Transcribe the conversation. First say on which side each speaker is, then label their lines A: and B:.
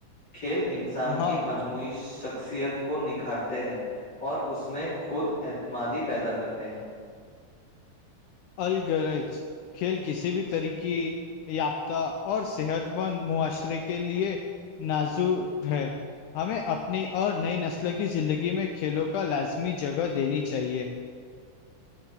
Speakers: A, on the left; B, on the left.
A: کھیل انسان
B: ہاں
A: کی مجموعی شخصیت کو نکھارتے ہیں اور اس میں خود اعتمادی پیدا کرتے ہیں
B: الگررج کھیل کسی بھی طریقے یافتہ اور صحت مند معاشرے کے لیے نازر ہے ہمیں اب نئی اور نئی نسل کی زندگی میں کھیلوں کا لازمی جگہ دینی چاہیے